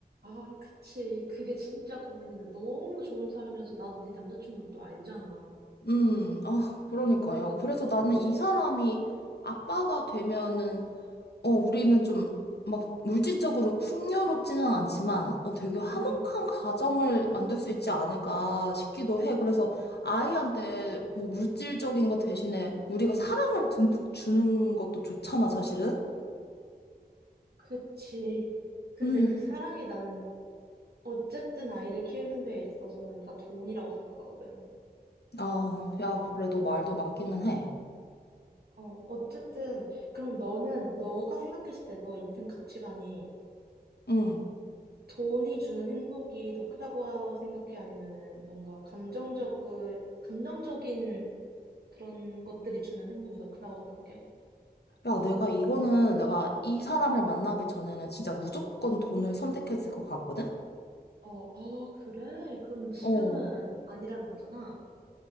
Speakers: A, on the right; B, on the left.
A: 아, 그치. 그게 진짜 고민인데 너무 좋은 사람이어서 나도 네 남자친구를 또 알잖아.
B: 음, 아, 그러니까.
A: 그러니까,
B: 야, 그래서 나는 이 사람이 아빠가 되면은 어, 우리는 좀 막 물질적으로 풍요롭지는 않지만, 어, 되게 화목한
A: 음,
B: 가정을 만들 수 있지 않을까 싶기도 해. 그래서 아이한테 뭐 물질적인 것 대신에 우리가 사랑을 듬뿍 주는 것도 좋잖아, 사실은.
A: 그치. 근데
B: 음,
A: 그 사랑이 나는 어쨌든 아이를 키우는 데 있어서는 다 돈이라고 생각하거든.
B: 아, 야, 그래, 너 말도 맞기는 해.
A: 어, 어쨌든 그럼 너는 너가 생각했을 때 너의 인생 가치관이
B: 음,
A: 돈이 주는 행복이 더 크다고 생각해? 아니면은 뭔가 감정적, 감정적인 그런 것들이 주는 행복이 더 크다고 생각해?
B: 야, 내가 이거는 내가 이 사람을 만나기 전에는 진짜 무조건 돈을 선택했을 것 같거든?
A: 어, 어, 그래? 그러면 지금은
B: 어,
A: 안- 아니라는 거잖아.